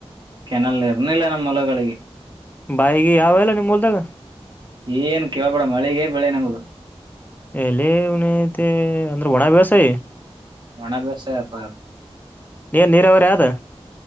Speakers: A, on the right; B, on the left.
A: ಕೆನಲ್ ಇರ್ನಿಲ್ಲ ನಮ್ಮ ಮಲಗಳಿಗೆ.
B: ಬಾಯಿಗೆ ಯಾವೆಲ್ಲ ನಿಮ್ಮ್ ಉಲ್ದಾಗ.
A: ಏನ್ ಕೇಳ್ಬಡ ಮಳಗ ಬೆಳೆ ನಮದು.
B: ಎಲ್ಲನ ಅಂದ್ರ ವಣ ಬ್ಯಸಾಯ.
A: ಜಣ ಬ್ಯವಸಾಯ ಅಪ್ಪ ಅಪ್ಪ.
B: ನೀನ್ ನೀರಾವರಿ ಅದು.